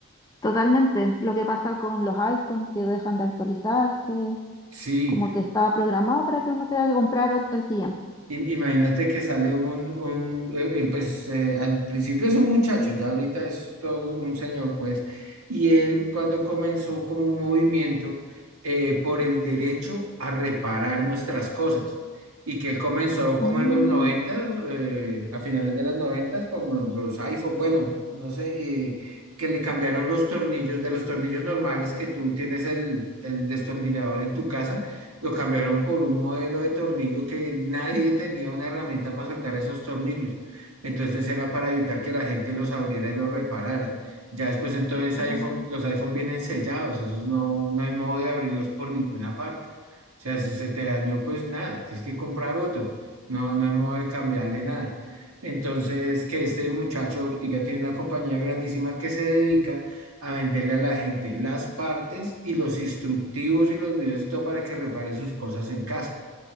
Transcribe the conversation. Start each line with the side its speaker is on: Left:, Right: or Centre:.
Left: totalmente. Lo que pasa con los iPhones que dejan de actualizarse,
Right: Sí,
Left: como que está programado para que uno tenga que comprar ot- el siguiente.
Right: im- imagínate que sale un, un eh, eh, pues eh, al principio es un muchacho, ya ahorita es todo un, un señor, pues, y él cuando comenzó como un movimiento eh, por el derecho a reparar nuestras cosas, y que él comenzó como
Left: Mm,
Right: en los noventas, eh, a finales de los noventas, con los iPhone, bueno, no sé, eh, que le cambiaron los tornillos, de los tornillos normales que tú tienes el, el destornillador en tu casa lo cambiaron por un modelo de tornillo que nadie tenía una herramienta para soltar esos tornillos. Entonces era para evitar que la gente los abriera y los reparara. Ya después entonces iPhone,
Left: oh,
Right: los iPhone vienen sellados, esos no, no hay modo de abrirlos por ninguna parte. O sea, si se te dañó, pues nada, tienes que comprar otro. No, no hay modo de cambiarle nada. Entonces, que este muchacho ahorita tiene una compañía grandísima que se dedica a venderle a la gente las partes y los instructivos y los videos y todo para que repare sus cosas en casa.